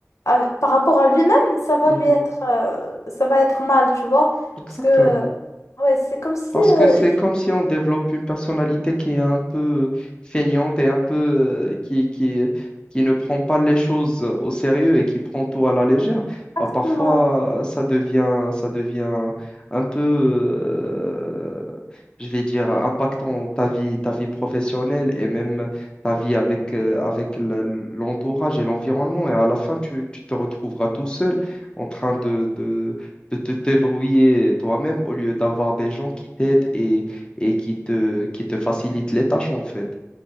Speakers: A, on the left; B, on the left.
A: avec- par rapport à lui-même, ça va
B: mhm,
A: lui être, euh, ça va être mal, tu vois.
B: exactement.
A: Parce que, euh, ouais, c'est comme si...
B: Parce que
A: euh,
B: c'est comme si on développe une personnalité qui est un peu euh, feignante et un peu euh, qui, qui, qui ne prend pas les choses euh, au sérieux et qui prend tout à la légère.
A: Exactement.
B: Bah, parfois, ça devient, ça devient un peu, euh, je vais dire, impactant ta vie, ta vie professionnelle et même ta vie avec, euh, avec le- l'entourage et l'environnement. Et à la fin, tu, tu te retrouveras tout seul en train de de te débrouiller toi-même au lieu d'avoir des gens qui t'aident et, et qui te, qui te facilitent les tâches, en fait.